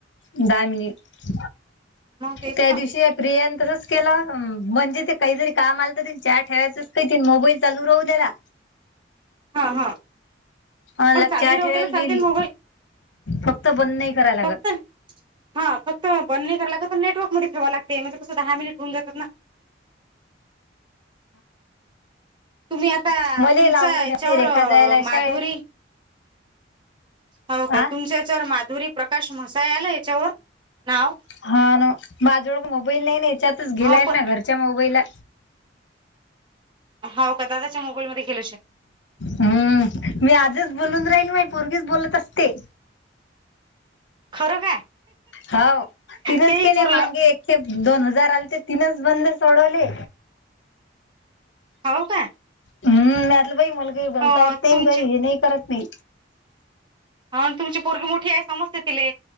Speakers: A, on the left; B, on the right.
A: दहा मिनिट
B: मग तेच
A: त्या
B: ना
A: दिवशी प्रियान तसंच केलं म्हणजे ते काहीतरी काम आलं तर च ठेवायचंच काही मोबाईल चालू राहू द्याला.
B: हा हा
A: अ
B: पण
A: लाग
B: चालू
A: चहा
B: राहते
A: ठेवायला गेली
B: चालते मोबाईल.
A: फक्त बंद नाही करायला
B: फक्त
A: लागत.
B: हा फक्त बंद नाही करा लागत तर नेटवर् मध्ये ठेवा लागते म्हणज कस दहा मिनिट होऊ जात ना. तुम्ही आता
A: मले
B: तुमचा
A: लावणं
B: याच्यावर
A: जमत नाही रेखा जायला
B: माधुरी
A: शाळेत.
B: हो काय
A: आ
B: तुमच्या याच्यावर माधुरी प्रकाश म्हसाय आला याच्यावर. नाव
A: हा ना माझजवळ मोबाईल नाही ना याच्यातच गेलाय
B: हा पण
A: ना घरच्या मोबाईलला.
B: हो का दादाच्या मोबाईलमध्येध्येेल शकता.
A: हम्म मी आजच बोलून राहील मा पोर्गीच बोलत असते.
B: खरं काय.
A: हो तिनच
B: तेही
A: केले
B: पुरलं
A: मांगे एकखे दोन हजार आले ते तिनच बंद सोडवले.
B: हो का.
A: हम्म नाहीतलं बाई मलग बोलता
B: अ
A: येत नाही
B: तुमची
A: भाई हे नाही करत नाही‌.
B: ह तुमची पोरगी तुमची पोरगी मोठी आहे समजते तिले.